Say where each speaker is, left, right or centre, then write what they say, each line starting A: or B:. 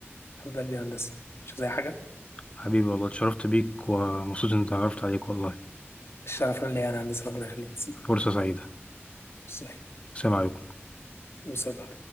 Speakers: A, on the left; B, on the left.
A: حبيب قلبي يا هندسه مش زي حاجه
B: حبيبي والله اتشرفت بيك ومبسوط اني اتعرفت عليك والله
A: الشرف ليا انا هندسه ربنا يخليك
B: فرصة سعيدة
A: صحيح
B: السلام عليكم
A: وصلى